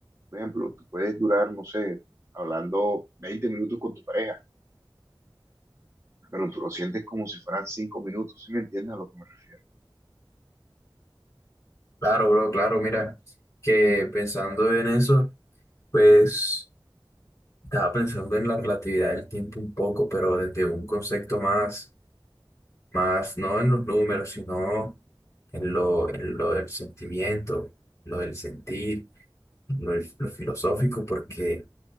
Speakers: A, on the right (about 30°); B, on the left (about 30°).
A: Por ejemplo, tú puedes durar, no sé, hablando 20 minutos con tu pareja, pero tú lo sientes como si fueran 5 minutos, ¿sí me entiendes a lo que me refiero?
B: Claro, bro, claro, mira, que pensando en eso, pues estaba pensando en la relatividad del tiempo un poco, pero desde un concepto más, más no en los números, sino en lo, en lo del sentimiento, lo del sentir, lo, del- lo filosófico, porque, o